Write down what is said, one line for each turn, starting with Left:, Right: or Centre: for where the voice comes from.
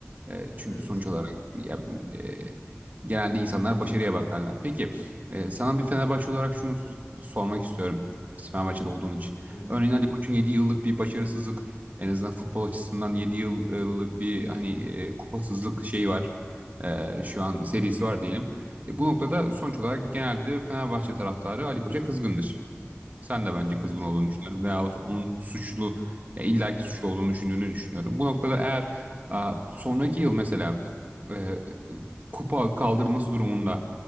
Right: E, çünkü
Left: evet
Right: sonuç olarak ya, e, genelde insanlar başarıya bakarlar. Peki e, sana bir Fenerbahçe olarak şunu s- sormak istiyorum. Fenerbahçe'de olduğun için.
Left: buyur.
Right: Örneğin Ali Koç'un 7 yıllık bir başarısızlık en azından futbol açısından 7 yıllık bir hani e, kupasızlık şeyi var. E, şu an serisi var diyelim. E, bu noktada sonuç olarak genelde Fenerbahçe taraftarı Ali Koç'a kızgındır. Sen de bence
Left: Evet.
Right: kızgın olduğunu düşünüyorum veyahut onun suçlu ya illaki suçlu olduğunu düşündüğünü düşünüyorum. Bu noktada eğer Aa, sonraki yıl mesela e, kupa kaldırması durumunda